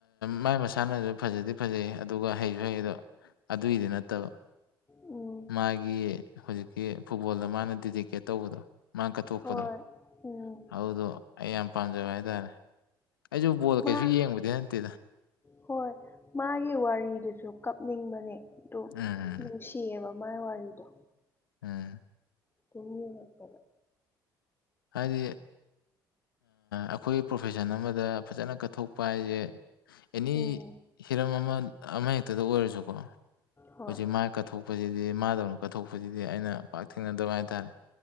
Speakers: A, on the left (about 75°); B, on the left (about 20°).
A: ꯃꯥꯏ ꯃꯁꯥꯟꯅꯁꯨ ꯐꯖꯗꯤ ꯐꯖꯩ ꯑꯗꯨꯒ ꯍꯩꯁꯨ ꯍꯩꯗꯣ ꯑꯗꯨ ꯑꯗꯨ ꯏ ꯅꯠꯇꯕ
B: ꯑꯣ
A: ꯃꯥꯒꯤ ꯍꯧꯖꯤꯛꯀꯤ ꯐꯨꯠꯕꯣꯜꯗ ꯃꯥꯅ ꯗꯗꯤꯗꯤꯀꯦꯠ ꯇꯧꯕꯗꯣ ꯃꯥꯅ ꯀꯠꯊꯣꯛꯄꯗꯣ
B: ꯍꯣꯏ ꯎꯝ
A: ꯑꯗꯨꯗꯣ ꯑꯩ ꯌꯥꯝ ꯄꯥꯝꯖꯕ ꯍꯥꯏꯇꯥꯔꯦ ꯑꯩꯁꯨ ꯕꯣꯜ
B: ꯃꯥ
A: ꯀꯩꯁꯨ ꯌꯦꯡꯕꯗꯤ ꯅꯠꯇꯦ
B: ꯍꯣꯏ ꯃꯥꯒꯤ ꯋꯥꯔꯤꯗꯨꯁꯨ ꯀꯞꯅꯤꯡꯕꯅꯦ ꯑꯗꯨ
A: ꯎꯝ
B: ꯅꯨꯡꯁꯤꯌꯦꯕ ꯃꯥꯏ ꯋꯥꯔꯤꯗꯣ
A: ꯑꯝ
B: ꯇꯨꯡꯟꯒꯄꯗ
A: ꯍꯥꯏꯗꯤ ꯑꯩꯈꯣꯏꯒꯤ ꯄ꯭ꯔꯣꯐꯦꯁꯟ ꯑꯃꯗ ꯐꯖꯅ ꯀꯠꯊꯣꯛꯄ ꯍꯥꯏꯁꯦ ꯑꯦꯅꯤ
B: ꯎꯝ
A: ꯍꯤꯔꯝ ꯑꯃ ꯑꯃꯍꯦꯛꯇꯗ ꯑꯣꯏꯔꯁꯨꯀꯣ
B: ꯍꯣꯏ
A: ꯍꯧꯖꯤꯛ ꯃꯥꯏ ꯀꯠꯊꯣꯛ ꯄꯁꯤꯗꯤ ꯃꯥꯗꯧꯅ ꯀꯠꯊꯣꯛꯄꯁꯤꯗꯤ ꯑꯩꯅ ꯄꯥꯛ ꯊꯦꯡꯅꯗꯕ ꯍꯥꯏꯇꯥꯔꯦ